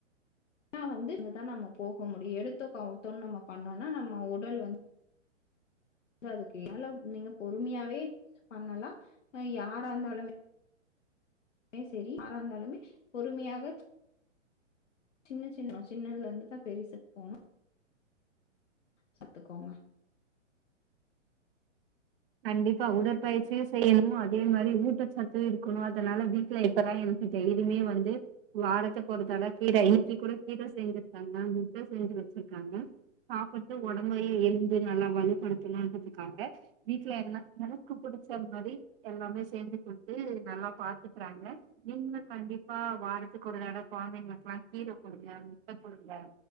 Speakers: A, on the left (about 75°); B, on the right (about 50°).
A: ஏனா வந்து இதுதான் நம்ம போக முடியும் எடுத்தோ கவுத்தோன்னு நம்ம பண்ணோம்னா நம்ம உடல் வந்து அ அதுக்குால நீங்க பொறுமையாவே பண்ணலாம்ஹ யாரா இருந்தாலுமே சரி ஆாராந்தாலுமே பொறுமையாக சின்ன சின்ன சின்னதுல இருந்துதா பெருசுக்கு போனும் சத்துக்கோங்க
B: கண்டிப்பா உடற்பயிற்சியும் செய்யணும் அதே மாதிரி ஊட்டச்சத்தும் இருக்கணும் அதனால வீட்டுல இப்பல்லாம் எனக்கு டெரியுமே வந்து வரத்துக்கு ஒருத்தட கீரை இப்பி கூட கீரை செஞ்சிருக்காங்க முட்ட செஞ்சு வச்சிருக்காங்க சாப்பிட்டு உடம்பையே எழுந்து நல்லா வலுப்படுத்தணும்ன்றதுக்காக வீட்டு்ல எல்லாம் எனக்கு பிடிச்சது மாதிரி எல்லாமே சேர்ந்து கொடுத்து நல்லா பாத்துக்குறாங்க மின்ல கண்டிப்பா வாரத்துக்கு ஒரு தடவ குழந்தைங்களுக்குெல்லா கீரை கொடுங்க முட்ட கொடுங்க